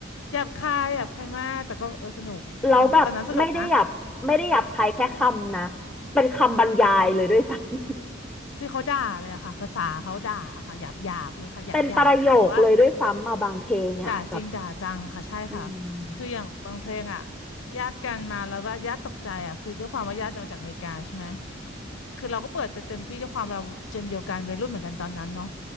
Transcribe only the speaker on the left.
หยาบคายหยาบคายมากแต่ก็เออสนุก
ตอนนั้นสนุกนะ
คือเขาด่าเลยอะค่ะภาษาเขาด่าค่ะหยาบหยาบเลยค่ะหยาบหยาบแต่ว่า
ด่าจริงด่าจังค่ะใช่ค่ะคืออย่างบางเพลงอะ
ญาติกันมาแล้วว่าญาติตกใจอะคือด้วยความว่าญาติมาจากอเมริกาใช่ไหมคือเราก็เปิดกันเต็มที่ด้วยความเราเจนเดียวกันวัยรุ่นเหมือนกันตอนนั้นเนาะ